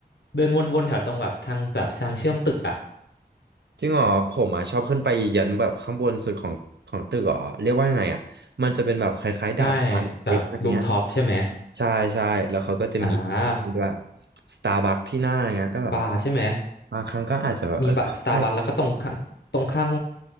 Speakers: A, on the left; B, on the right.
A: เดินวนๆแถวตรงแบบทางแบบทางเชื่อมตึกอ่ะ
B: จริงเหรอผมอะชอบขึ้นไปยันแบบข้างบนสุดของของตึกเหรอเรียกว่ายังไงอะมันจะเป็นแบบคล้ายๆดาดฟ้าเล็กๆอะไรเงี้ย
A: ใช่แบบรูฟท็อปใช่ไหม
B: ใช่ใช่แล้วเขาก็จะมีเนี่ยที่ด้วย
A: อ่า
B: สตาร์บัคที่นั่นอะไรเงี้ยก็แบบว่า
A: บาร์ใช่ไหม
B: บางครั้งก็อาจจะแบบเออเข้าไป
A: มีบาร์สตาร์บัคแล้วก็ตรงข้างตรงข้าง